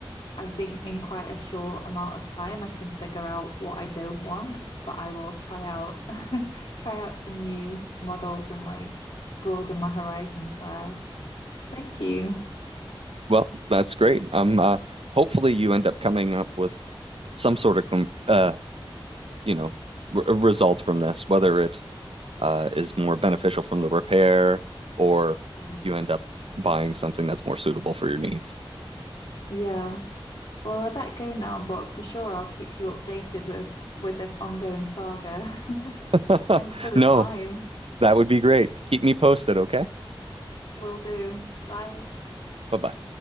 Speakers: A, on the left (about 85°); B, on the right (about 90°).
A: I think in quite a short amount of time I can figure out what I don't want, but I will try out <laughs> try out some new models and like broaden my horizons there. Thank you.
B: Well, that's great. Um, uh, hopefully you end up coming up with some sort of com uh, you know, r result from this, whether it uh is more beneficial from the repair or
A: Mm.
B: you end up buying something that's more suitable for your needs.
A: Yeah. Well, I bet go now, but for sure I'll keep you updated with with this ongoing saga. <laughs>
B: <laughs>
A: Thanks for the
B: No,
A: time.
B: that would be great. Keep me posted, okay?
A: Will do. Bye.
B: Bye-bye.